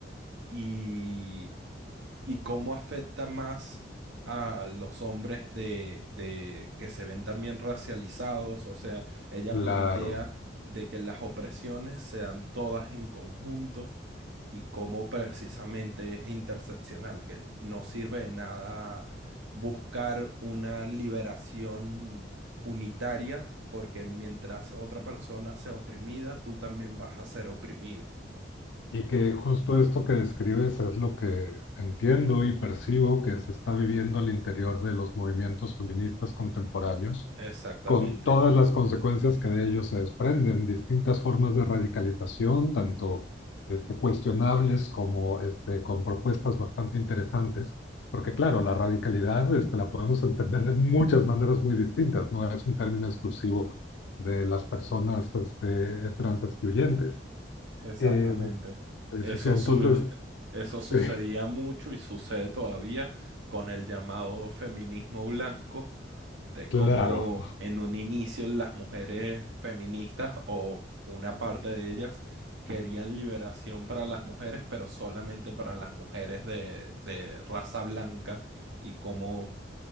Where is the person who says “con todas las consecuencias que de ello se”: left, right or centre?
Left